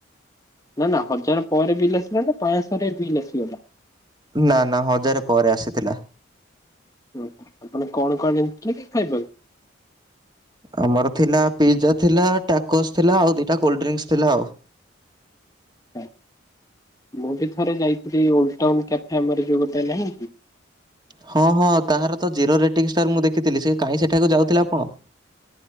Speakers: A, on the left (about 15°); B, on the right (about 20°).
A: ନା, ନା, ହଜାର ପରେ ବିଲ୍ ଆସିଲା ନା ପାଞ୍ଚଶହ ରେ ବିଲ୍ ଆସିଗଲା?
B: ନା, ନା, ହଜାର ପରେ ଆସିଥିଲା।
A: ଓ ଆପଣ କଣ କଣ ଜିନିସ କିଣି ଖାଇପାରନ୍ତୀ
B: ଆମର ଥିଲା ପିଜା ଥିଲା ଟାକୋସ ଥିଲା ଆଉ ଦିଟା କୋଲ୍ଡ୍ରିଙ୍କସ ଥିଲା ଆଉ।
A: ଛ ମୁଁ ବି ଥରେ ଯାଇଥିଲି ଓଲଡ ଟାଉନ୍ କ୍ୟାଫ ଆମର ଯୋଉ ନାହିଁ କି?
B: ହଁ ହଁ ତାହାର ତ ଜିରୋ ରେଟିଂ ଷ୍ଟାର ମୁଁ ଦେଖିଥିଲି ସେ କାଇଁ ସେଠାକୁ ଯାଉଥିଲା ଆପଣ?